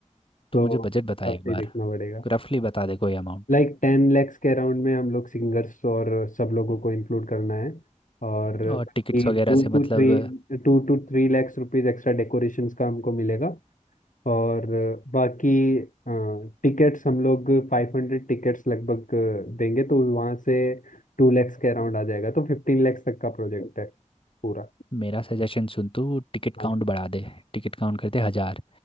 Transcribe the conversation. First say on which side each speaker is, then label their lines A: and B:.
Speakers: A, on the left; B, on the left.
A: तो
B: तो
A: मुझे बजट बता एक
B: आपसे
A: बार
B: ही देखना पड़ेगा
A: रफली बता दे कोई अमाउंट
B: लाइक टेन लैक्स के अराउंड में हम लोग सिंगर्स और सब लोगों को इंक्लूड करना है और
A: और टिकट्स
B: टू
A: वगैरह से मतलब
B: टू थ्री टू टू थ्री लैक्स रुपीज एक्स्ट्रा डेकोरेशंस का हमको मिलेगा और बाकी टिकट्स हम लोग फाइव हंड्रेड टिकट्स लगभग देंगे तो वहाँ से टू लैक्स के अराउंड आ जाएगा तो फिफ्टीन लैक्स तक का प्रोजेक्ट है पूरा
A: मेरा सजेशन सुन तू टिकट
B: हाँ
A: काउंट बढ़ा दे टिकट काउंट करते हजार